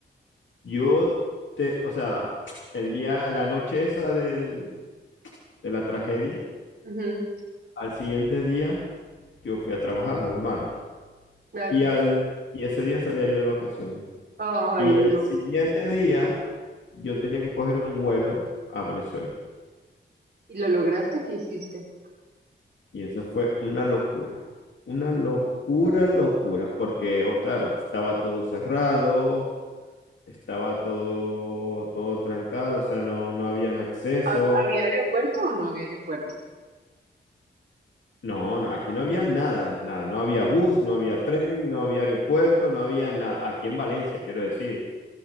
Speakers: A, on the left; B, on the right.
A: yo te, o sea, el día, la noche esa del, de la tragedia,
B: Ujú,
A: al siguiente día yo fui a trabajar normal.
B: claro.
A: Y, al, y ese día salía yo de vacaciones.
B: Ay,
A: Y
B: no.
A: el siguiente día yo tenía que coger un vuelo a Venezuela.
B: ¿Y lo lograste? ¿Qué hiciste?
A: Y eso fue una locura. Una locura, locura, porque, oh, claro, estaba todo cerrado, estaba todo, todo trancado, o sea, no, no habían acceso.
B: ¿Hab- ¿Había aeropuerto o no había aeropuerto?
A: No, no, aquí no había nada, Ale, nada. No había bus, no había tren, no había aeropuerto, no había nada. Aquí en Valencia, quiero decir.